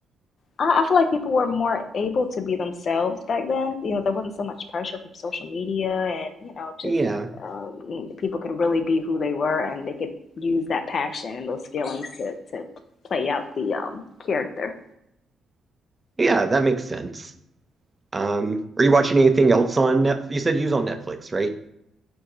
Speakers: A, on the left; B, on the right.
A: I, I feel like people were more able to be themselves back then. You know, there wasn't so much pressure from social media, and you know, just
B: Yeah,
A: um, people could really be who they were, and they could use that passion and those feelings to to play out the um character.
B: yeah, that makes sense. Um, are you watching anything else on Netflix? You said you was on Netflix, right?